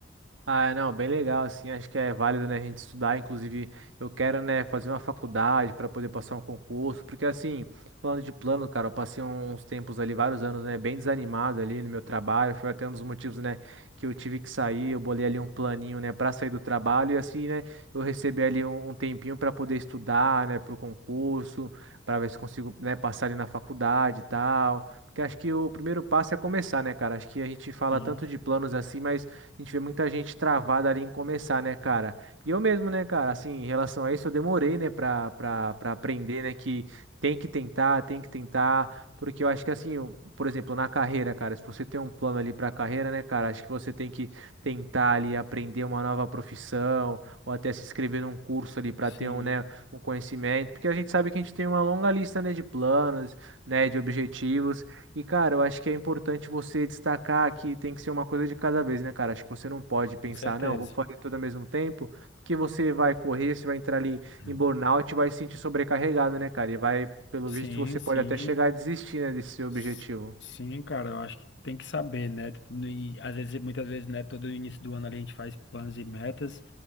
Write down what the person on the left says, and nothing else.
Sim,
sim,
com certeza.
Hum.
Sim,
sim.
S- Sim, cara, eu acho que tem que saber, né? E às vezes, muitas vezes, né? Todo início do ano ali a gente faz planos e metas.